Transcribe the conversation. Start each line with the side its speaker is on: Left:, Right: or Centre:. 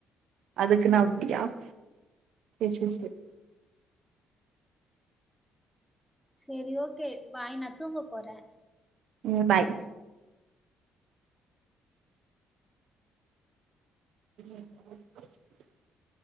Right: அதுக்குன்னா அப்டியா <unintelligible> சேர் சேர் சேர்
Centre: செரி ஓகே பாய் நா தூங்க போறே
Right: ம் பாய் <inaudible>